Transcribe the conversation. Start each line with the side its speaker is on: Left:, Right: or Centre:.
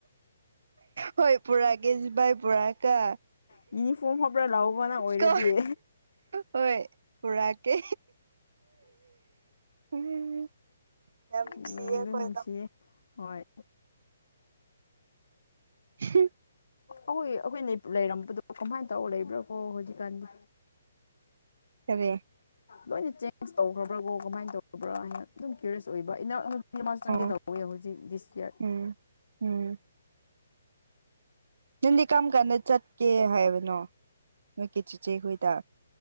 Right: ꯍꯣꯏ ꯄꯨꯔꯛꯑꯒꯦ ꯁꯤꯚꯥꯏ ꯄꯨꯔꯥ ꯀꯥ
Left: ꯌꯨꯅꯤꯐꯣꯔꯝ ꯍꯥꯞꯄ꯭ꯔꯥ ꯂꯥꯛꯎꯕ ꯅꯪ ꯑꯣꯏꯔꯗꯤ
Right: ꯀꯣ ꯍꯣꯢ ꯄꯨꯔꯀꯦ ꯎꯝ ꯌꯥꯝ ꯅꯨꯡꯁꯤꯌꯦ
Left: ꯅꯨꯡꯗꯤ
Right: ꯑꯈꯣꯢꯗꯣ
Left: ꯅꯨꯡꯁꯤꯌꯦ ꯍꯣꯏ
Right: ꯍꯤꯝ
Left: ꯑꯈꯣꯏ ꯑꯈꯣꯏꯅ ꯂꯩꯔꯝꯕꯗꯣ ꯀꯃꯥꯏꯅ ꯇꯧꯔ ꯂꯩꯕ꯭ꯔꯥ ꯀꯣ ꯍꯧꯖꯤꯛꯀꯥꯟꯗꯣ
Right: ꯐꯔꯦ
Left: ꯂꯣꯏꯅ ꯆꯦꯟꯖ ꯇꯧꯈ꯭ꯔꯕ꯭ꯔ ꯀꯣ ꯀꯃꯥꯏꯅ ꯇꯧꯔꯕ꯭ꯔꯥ ꯍꯥꯏꯅ ꯑꯗꯨꯝ ꯀ꯭ꯌꯔꯤꯁ ꯑꯣꯏꯕ ꯃꯜ ꯆꯪꯒꯦꯗꯧꯋꯦ
Right: ꯑꯣ
Left: ꯍꯧꯖꯤꯛ ꯗꯤꯁ ꯌꯔ
Right: ꯎꯝ ꯎꯝ ꯅꯪꯗꯤ ꯀꯔꯝ ꯀꯥꯟꯗ ꯆꯠꯀꯦ ꯍꯥꯏꯕꯅꯣ ꯅꯣꯏ ꯀꯦꯆꯤꯆꯦꯈꯣꯏꯗ